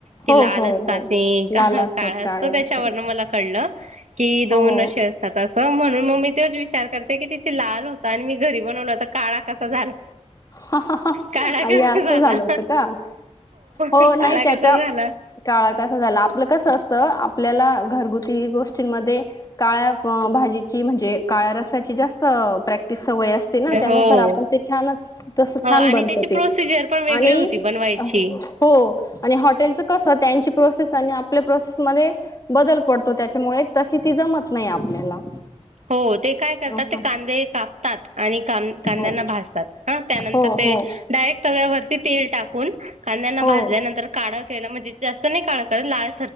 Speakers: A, on the right (about 80°); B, on the left (about 30°).
A: कि
B: हो
A: लाल
B: हो
A: असतात
B: हो
A: ते
B: लाल
A: काळ
B: असतात काळे
A: असतो त्याच्यावर
B: असतात
A: मला कळलं की दोन
B: हो
A: असे असतात असे त म्हणून मग ममी तेच विचार करते की तिथे लाल होता आणि मी घरी बनवला तो काळा कसा झाला.
B: हा हा हा
A: काळा
B: अय्या
A: कसा
B: असं
A: झाला
B: झालं होतं का हो
A: काळा
B: नाही त्याच्या
A: कसा झाला
B: काळात असं झालं आपलं कसं असतं आप आपल्याला घरगुती गोष्टींमध्ये काळ्या भाजीची म्हणजे काळ्या रस्याची जास्त प्रॅक्टिस सवय असते ना त्यानुसार
A: हो
B: आपण ते छानच अस
A: हो
B: छान
A: आणि
B: बनत
A: त्याची प्रोसिजर
B: ते
A: पण वेगळी
B: आणि
A: होती बनवायची.
B: हो आणि हॉटेल च कसं ते त्यांची प्रोसेस आणि आपल्या प्रोसमध्ये बदल पडतो त्याच्यामुळे तशी ती जमत नाही आपल्याला
A: हो ते काय करतात
B: असं
A: ते कांदे कापतात आणि कां कांद्यांना
B: हो
A: भाजतात हा नंतर
B: हो
A: ते
B: हो
A: डायरेक्ट् तव्यावरती तिळ टाकून कांद्यांना
B: हो
A: भाजल्यानंतर काढ त्याला म्हणजे त्या जास्त नाही काळा काळ लाल